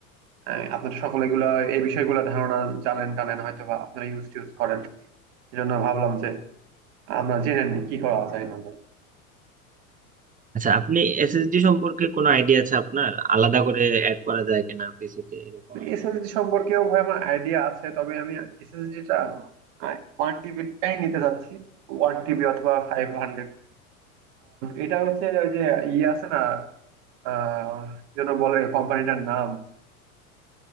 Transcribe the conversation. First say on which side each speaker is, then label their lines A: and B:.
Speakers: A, on the right; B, on the right.
A: আহ, আপনার সকলে এগুলা এই বিষয়গুলো ধারণা জানেন টানেন হয়তো বা আপনারা ইউজ টিউজ করেন এই জন্য ভাবলাম যে আমরা জেনে নিই কি করা যায় না যায়
B: আচ্ছা আপনি এসএসডি সম্পর্কে কোনো আইডিয়া আছে আপনার আলাদা করে অ্যাড করা যায় কিনা পিসিতে এরকম আইডিয়া
A: এসএসডি সম্পর্কেও ভাই আমার আইডিয়া আছে তবে আমি এসএসডিটা ওয়ান টিবিটাই নিতে যাচ্ছি ওয়ান টিবি অথবা ফাইভ হান্ড্রেড এটা হচ্ছে ওই যে ইয়ে আছে না আহ কি যেন বলে কোম্পানিটার নাম